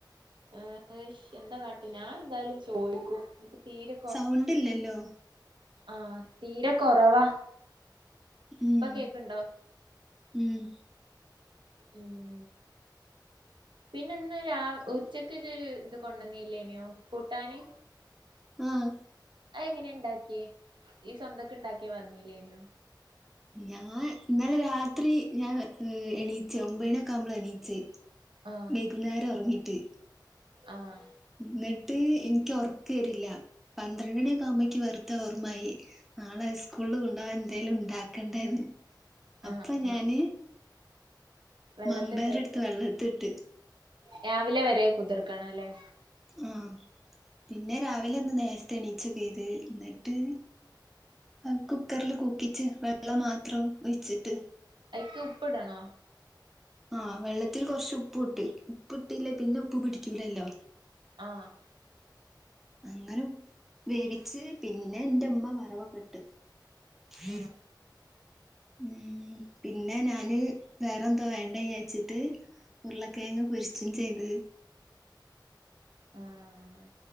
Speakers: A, on the right; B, in the centre.
A: ഏഹ് എന്താ വിഷയം എന്താ കാട്ടുന്ന, ഞാൻ എന്തായാലും ചോദിക്കും. എനിക്ക് തീരെ
B: സൗണ്ട് ഇല്ലല്ലോ.
A: ആഹ തീരെ കൊറവാ
B: ഉം
A: ഇപ്പൊ കേക്കുണ്ടോ
B: ഉം
A: ഉം. പിന്നെ ഇന്ന് രാ ഉച്ചക്ക് ഇതൊരു ഇത് കൊണ്ടുന്നല്ലേനി കൂട്ടാന്.
B: ആഹ
A: ആ എങ്ങനെയ ഉണ്ടാക്കിയ ഈ സ്വന്തക്കെ ഉണ്ടാക്കിയാ പറഞ്ഞലേനിയോ
B: ഞാൻ ഇന്നലെ രാത്രി ഞാൻ ഉം എണീച്ചേ ഒൻപനൊക്കെ ആകുമ്പോൾ എണീച്ചേ.
A: ആഹ്
B: ക്കുന്നേരം ഉറങ്ങിട്ട്
A: ആഹ്
B: എന്നിട്ട് എനിക്ക് ഉറക്കം വരില്ല പന്ത്രണ്ട് മണിയൊക്കെ ആവുമ്പോേക്ക് വെറുതെ ഓർമ്മായി നാളെ സ്കൂളിൽ കൊണ്ട് പോകാൻ എന്തേലും ഉണ്ടാക്കണ്ടേന്ന് അപ്പൊ
A: ആഹ് ആഹ്
B: ഞാന്
A: വെള്ളത്തിട്ടച്ച
B: മമ്പയറെടുത്ത് വെള്ളത്തിട്ട്
A: രാവിലെ വരെ കുതിർക്കണം അല്ലേ
B: ആഹ് പിന്നെ രാവിലെ ഇന്ന് നേരത്തെ എണീച്ചൊക്കെ ചെയ്ത് എന്നിട്ട് ആഹ് കുക്കറ്ല് കുക്കിച്ചാ വെള്ളം മാത്രം വച്ചിട്ട്
A: അയിക്ക് ഉപ്പ്ടണോ
B: ആഹ് വെള്ളത്തിൽ കുറച്ച് ഉപ്പ് ഇട്ട് ഉപ്പ് ഇട്ടില്ലേ പിന്നെ ഉപ്പ് പിടിക്കൂലല്ലോ
A: ആഹ്
B: അങ്ങനെ വേവിച്ച് പിന്നെ എന്റെമ്മ വറവൊക്കെട്ട് <unintelligible>
A: ആഹ്
B: ഉം പിന്നെ ഞാന് വേറെന്തോ വേണ്ടത് വിചാരിച്ചിട്ട് ഉരുളക്കയങ്ങ് പൊരിച്ചും ചെയ്ത്
A: ആഹ്